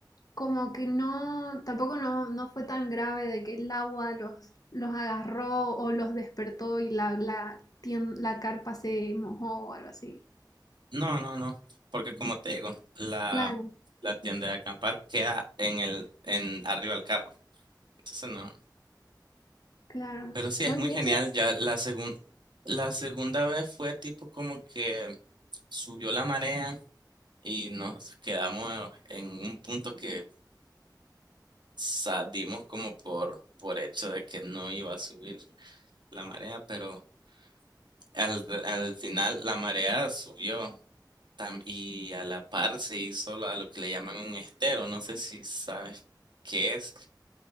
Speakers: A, on the left (about 55°); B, on the right (about 75°).
A: como que no, tampoco no, no fue tan grave de que el agua los, los agarró o los despertó y la, la, tien- la carpa se mojó o algo así.
B: No, no, no, porque como te digo, la,
A: Claro,
B: la tienda de acampar queda en el, en arriba del carro. Entonces no.
A: claro.
B: Pero sí,
A: Bueno,
B: es muy
A: y
B: genial.
A: eso,
B: Ya la segun- la segunda vez fue tipo como que subió la marea y nos quedamos en un punto que salimos como por, por hecho de que no iba a subir la marea, pero al, al final la marea subió tam- y a la par se hizo lo- a lo que le llaman un estero. No sé si sabes qué es.